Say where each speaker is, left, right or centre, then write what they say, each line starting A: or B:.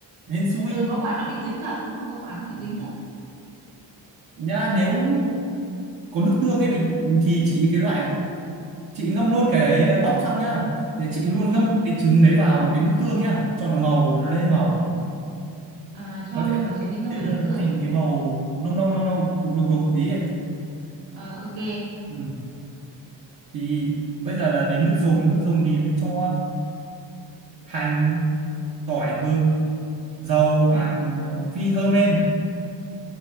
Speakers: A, on the right; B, on the right.
A: nên xui
B: ừ có quả nó bị dính thật đúng rồi có quả nó bị
A: Ừ.
B: dính thật
A: nhá nếu có nước tương ấy bình thì chị cái loại chị ngâm luôn cái ấy ờ, bóc xong nhá thì chị luôn
B: ừ
A: ngâm cái trứng đấy vào cái nước tương nhá cho nó màu nó lên màu
B: à, cho
A: nó
B: luôn
A: sẽ
B: quả trứng lên ngâm
A: kiểu
B: vào
A: như
B: nước
A: là nó
B: tương
A: thành cái màu nâu nâu nâu nâu đục đục đục tí ấy
B: ờ ok
A: ừ. thì bây giờ là đến nước dùng nước dùng thì mình cho hành tỏi gừng dầu
B: hành
A: vào mình ờ, phi thơm lên